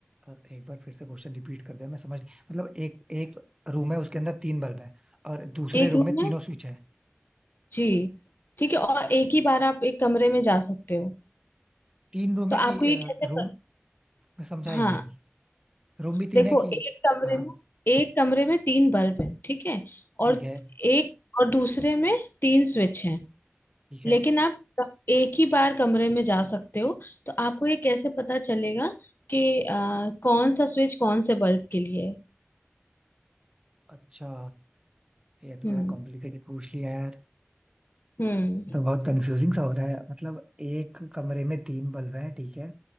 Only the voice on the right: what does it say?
अ, एक बार फिर से क्वेश्चन रिपीट कर दे मैं समझ नहीं- मतलब एक एक रूम है उसके अंदर तीन बल्ब है और दूसरे
रूम
में तीनों
स्विच है
तीन रूम
है
कि
रूम मैं समझा
ही नहीं रूम भी तीन
है कि
हाँ
ठीक
है
ठीक
है
अच्छा ये तो
बड़ा कॉम्प्लिकेटेड पूछ लिया यार
तो बहुत कंफ्यूजिंग सा हो रहा है मतलब एक कमरे में तीन बल्ब हैं ठीक है